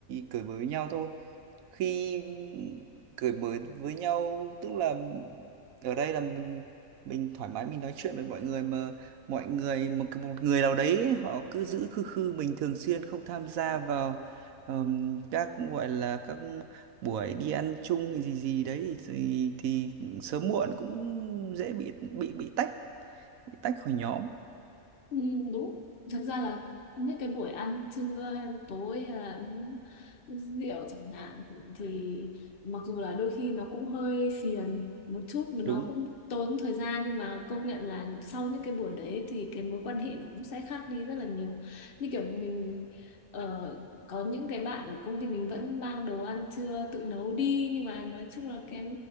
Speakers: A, on the right; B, on the left.
A: cởi mở với nhau thôi khi cởi mở với nhau tức là ở đây là mình mình thoải mái mình nói chuyện với mọi người mà mọi người một một người nào đấy ấy, họ cứ giữ khư khư mình thường xuyên không tham gia vào ờm, các gọi là các buổi đi ăn chung thì gì gì đấy thì, thì sớm muộn cũng dễ bị bị bị tách bị tách khỏi nhóm
B: Ừ, đúng thực ra là những cái buổi ăn trưa hay tối hay là uống rượu chẳng hạn thì mặc dù là đôi khi nó cũng hơi phiền một chút mà nó
A: đúng
B: cũng tốn thời gian nhưng mà công nhận là sau những cái buổi đấy thì cái mối quan hệ nó cũng sẽ khác đi rất là nhiều như kiểu mình ờ, có những cái bạn ở công ty mình vẫn mang đồ ăn trưa tự nấu đi nhưng mà nói chung là cái